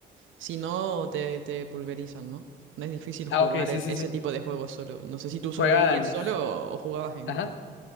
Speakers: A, on the right; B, on the left.
A: si no te, te pulverizan, ¿no? No es difícil
B: Ah,
A: jugar
B: ok, sí,
A: e-
B: sí,
A: ese
B: sí.
A: tipo de juegos solo. No sé si tú sobrevivías
B: Juegan.
A: solo o, o jugabas en
B: ajá
A: grupo.